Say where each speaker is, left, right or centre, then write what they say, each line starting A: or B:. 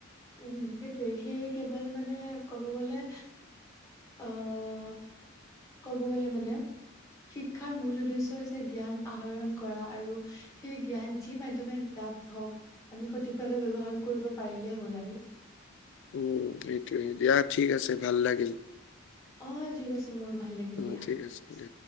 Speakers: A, on the left; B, on the left.
A: উম সেইটোৱে সেই কেৱল মানে ক'ব গলে অ- ক'ব গ'লে মানে শিক্ষাৰ মূল উদ্দেশ্য হৈছে জ্ঞান আহৰণ কৰা আৰু- সেই জ্ঞান যি মাধ্যমে লাভ হওঁক আমি সঠিক ভাৱে ব্যৱহাৰ কৰিব পাৰিলেই হ'ল আৰু।
B: উম সেইটো দিয়া ঠিক আছে ভাল লাগিল।
A: অ ঠিক আছে মোৰো ভাল লাগিল
B: অ
A: দিয়া।
B: ঠিক আছে
A: ঠিক আছে।
B: দে।